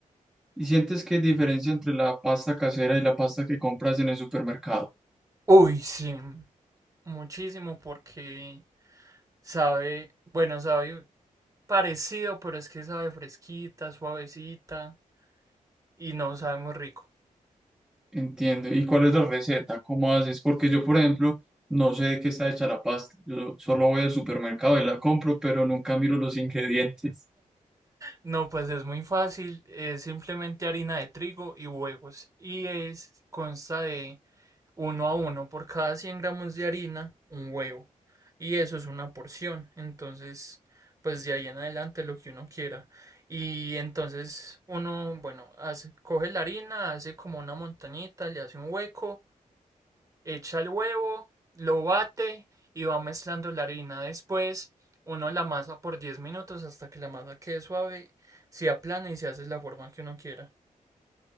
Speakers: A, in the centre; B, on the right (about 25°).
A: ¿Y sientes que hay diferencia entre la pasta casera y la pasta que compras en el supermercado?
B: Uy, sí, muchísimo porque sabe, bueno, sabe parecido, pero es que sabe fresquita, suavecita y no sabe muy rico.
A: Entiendo. ¿Y cuál es la receta? ¿Cómo haces? Porque yo, por ejemplo, no sé de qué está hecha la pasta. Yo solo voy al supermercado y la compro, pero nunca miro los ingredientes.
B: No, pues es muy fácil, es simplemente harina de trigo y huevos y es consta de uno a uno por cada 100 gramos de harina, un huevo. Y eso es una porción. Entonces, pues de ahí en adelante lo que uno quiera. Y entonces uno, bueno, hace, coge la harina, hace como una montañita, le hace un hueco, echa el huevo, lo bate y va mezclando la harina. Después uno la masa por 10 minutos hasta que la masa quede suave, se aplana y se hace la forma que uno quiera.